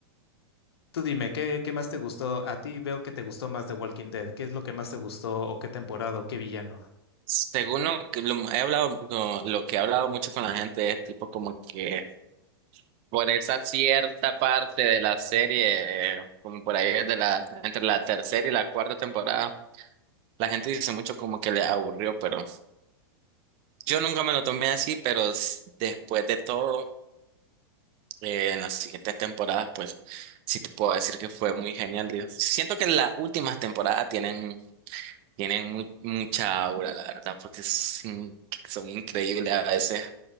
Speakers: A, on the left; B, on the right.
A: Tú dime, ¿qué, qué más te gustó? A ti veo que te gustó más de Walking Dead. ¿Qué es lo que más te gustó o qué temporada o qué villano?
B: según lo que lo he hablado, lo, lo que he hablado mucho con la gente es tipo como que por esa cierta parte de la serie, eh, como por ahí de la, entre la tercera y la cuarta temporada, la gente dice mucho como que le aburrió, pero yo nunca me lo tomé así, pero s- después de todo, eh, en las siguientes temporadas, pues sí te puedo decir que fue muy genial. Digo, Siento que las últimas temporadas tienen, tienen mu- mucha aura, la verdad, porque es in- son increíbles a veces